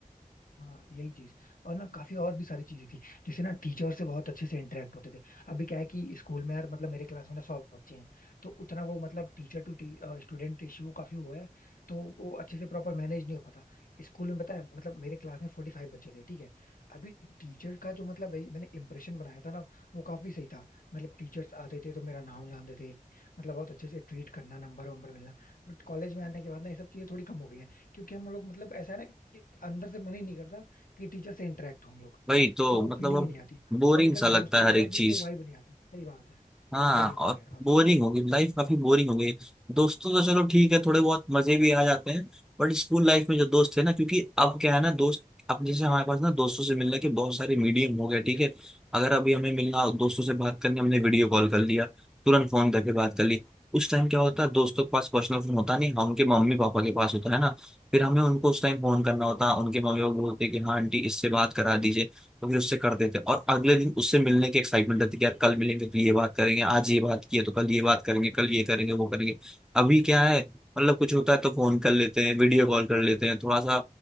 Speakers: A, on the left (about 75°); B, in the centre.
A: हाँ यही चीज और ना काफी और भी सारी चीजें थी जैसे ना टीचर से बहुत अच्छे से इंटरेक्ट होते थे अभी क्या है कि स्कूल में यार मतलब मेरे क्लास में ना सौ बच्चे हैं तो उतना वो मतलब टीचर टू स्टूडेंट रेशियो काफी हुआ है तो वो अच्छे से प्रॉपर मैनेज नहीं हो पाता स्कूल में पता है मतलब मेरे क्लास में फोर्टी फाइव बच्चे थे ठीक है अभी टीचर का जो मतलब वही मैंने इंप्रेशन बनाया था ना वो काफी सही था मतलब टीचर्स आते थे तो मेरा नाम जानते थे मतलब बहुत अच्छे से ट्रीट करना नंबर वंबर मिलना बट कॉलेज में आने के बाद ना ये सब चीजें थोड़ी कम हो गई हैं क्योंकि हम लोग मतलब ऐसा है ना कि अंदर से मन ही नहीं करता कि टीचर से इंटरेक्ट हो हम लोग
B: वही तो
A: वो वो
B: मतलब
A: फीलिंग ही
B: अब
A: नहीं आती
B: बोरिंग
A: और इनफैक्ट
B: सा लगता
A: दोस्तों
B: है
A: के
B: हर
A: साथ
B: एक चीज
A: भी वो वाइब नहीं आती सही बात है
B: हाँ
A: बोरिंग
B: और
A: हो गया काफी
B: बोरिंग होगी लाइफ काफी बोरिंग हो गई दोस्तों तो चलो ठीक है थोड़े बहुत मजे भी आ जाते हैं बट स्कूल लाइफ में जो दोस्त थे ना क्योंकि अब क्या है ना दोस्त अब जैसे हमारे पास ना दोस्तों से मिलने के बहुत सारे मीडियम हो गए ठीक है अगर अभी हमें मिलना दोस्तों से बात करनी हमने वीडियो कॉल कर लिया तुरंत फोन करके बात कर ली उस टाइम क्या होता है दोस्तों के पास पर्सनल फोन होता नहीं हाँ, उनके मम्मी पापा के पास होता है ना फिर हमें उनको उस टाइम फोन करना होता उनके मम्मी पापा बोलते कि हाँ आंटी इससे बात करा दीजिए तो फिर उससे कर देते हैं। और अगले दिन उससे मिलने की एक्साइटमेंट रहती है कि यार कल मिलेंगे तो ये बात करेंगे आज ये बात की है तो कल ये बात करेंगे कल ये करेंगे वो करेंगे अभी क्या है मतलब कुछ होता है तो फोन कर लेते हैं वीडियो कॉल कर लेते हैं थोड़ा सा